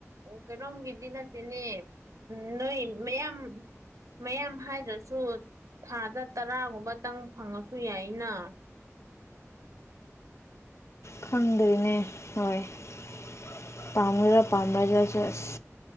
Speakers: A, on the right; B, on the left.
A: ꯀꯩꯅꯣꯝꯒꯤꯗꯤ ꯅꯠꯇꯦꯅꯦ ꯅꯣꯏ ꯃꯌꯥꯝ ꯃꯌꯥꯝ ꯍꯥꯏꯗ꯭ꯔꯁꯨ ꯊꯥꯗ ꯇꯔꯥꯒꯨꯝꯕꯇꯪ ꯐꯪꯉꯁꯨ ꯌꯥꯏꯅ
B: ꯈꯪꯗꯦꯅꯦ ꯍꯣꯏ <unintelligible> <unintelligible> ꯄꯥꯝꯕꯗꯁꯨ ꯑꯁ